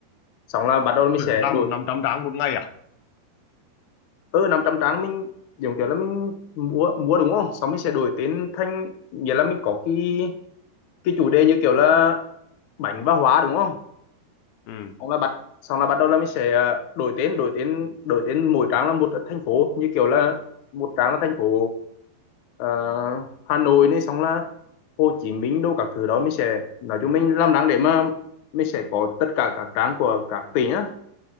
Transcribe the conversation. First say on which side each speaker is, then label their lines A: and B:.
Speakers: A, on the left; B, on the left.
A: xong là bắt đầu mình
B: Ừ,
A: sẽ
B: Làm
A: đổi
B: 500 trang một ngày à?
A: ừ 500 trang mình giống kiểu là mình mua mua đúng không xong mình sẽ đổi tên thành nghĩa là mình có cái cái chủ đề như kiểu là bánh và hóa đúng không
B: Ừ.
A: xong là bắt xong là bắt đầu là mình sẽ ờ, đổi tên đổi tên đổi tên mỗi trang là một thành phố như kiểu là một trang là thành phố ờ, Hà Nội này xong là Hồ Chí Minh đâu các thứ đó mình sẽ nói chung mình làm đáng để mà mình sẽ có tất cả các trang của các tỉnh á